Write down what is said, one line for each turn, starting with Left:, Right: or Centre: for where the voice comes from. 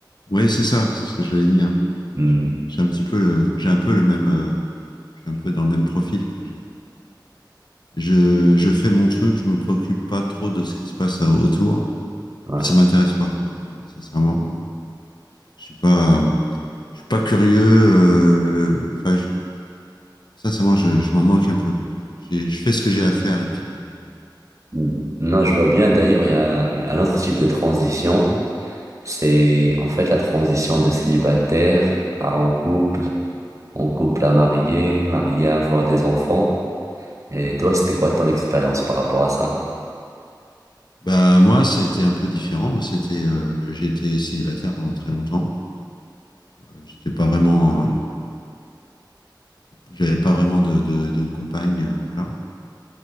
Left: Oui, c'est ça, c'est ce que j'allais dire.
Right: Hmm,
Left: J'ai j'ai un petit peu le, j'ai un peu le même, euh, je suis un peu dans le même profil, quoi. J'ai- Je, je fais mon truc, je me préoccupe pas trop de ce qui se passe euh, autour.
Right: ouais.
Left: Et puis ça m'intéresse pas, quoi. Vraiment, sincèrement. Je suis pas, je suis pas curieux. euh, Enfin, je- Sincèrement, je, je m'en moque un peu. quoi. J'ai- Je fais ce que j'ai à faire et puis. euh,
Right: Hmm. Non, je vois bien. D'ailleurs, il y a une- un autre type de transition. C'est en fait la transition de célibataire à en couple, en couple à marié, marié à avoir des enfants. Et toi, c'était quoi ton expérience par rapport à ça?
Left: Bah moi, c'était un peu différent. Moi, c'était, euh, j'ai été célibataire pendant très longtemps. Euh, J'étais pas vraiment, en- j'avais pas vraiment de, de, de compagne, euh, voilà.